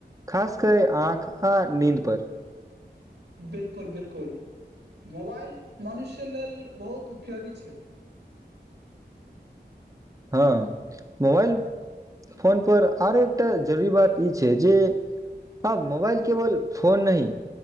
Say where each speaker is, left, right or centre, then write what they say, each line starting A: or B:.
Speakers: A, on the right; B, on the right.
A: खासकर आँख आ नीन्द पर
B: बिलकुल बिलकुल मोबाइल मनुष्य लेल बहुत उपयोगी छै
A: हँ मोबाइल फोनपर आओरो एकटा जरूरी बात ई छै जे आब मोबाइल केवल फोन नहि